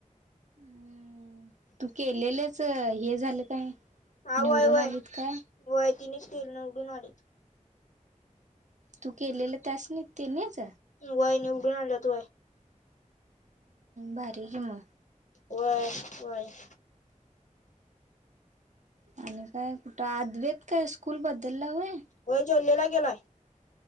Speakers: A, on the right (about 60°); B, on the left (about 65°).
A: हम तू केलेलंच हे झालं काय
B: हवय
A: निवडून
B: वय
A: आलीत काय
B: वय तिनेच टिर निवडून आले
A: तू केलेलं त्यास नाही ते नाहीच
B: वय निवडून आलं तूय
A: बारी के म
B: वय वयनननन
A: आणि काय कुठं अद्वेत काय स्कूल बद्दलला वय
B: वय जोल्लेला गेलाय